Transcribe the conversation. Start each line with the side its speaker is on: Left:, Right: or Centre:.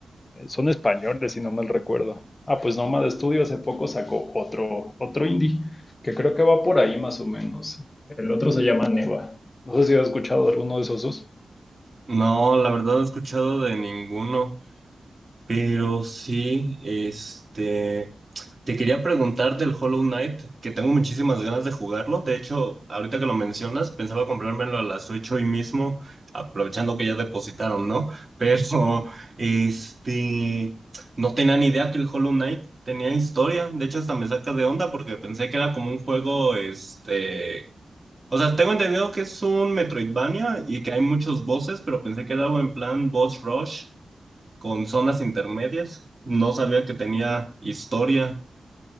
Left: Eh, son españoles, si no mal recuerdo. Ah, pues Nómada Studio hace poco sacó otro, otro indie, que creo que va por ahí más o menos. El otro se llama Neva. No sé si has escuchado de alguno de esos dos.
Right: No, la verdad no he escuchado de ninguno. Pero sí, este, te quería preguntar del Hollow Knight, que tengo muchísimas ganas de jugarlo. De hecho, ahorita que lo mencionas, pensaba comprármelo a las 8 hoy mismo, aprovechando que ya depositaron, ¿no? <laughs> Pero, este, no tenía ni idea que el Hollow Knight tenía historia. De hecho, hasta me saca de onda porque pensé que era como un juego, este, o sea, tengo entendido que es un Metroidvania y que hay muchos bosses, pero pensé que era algo en plan boss rush con zonas intermedias. No sabía que tenía historia,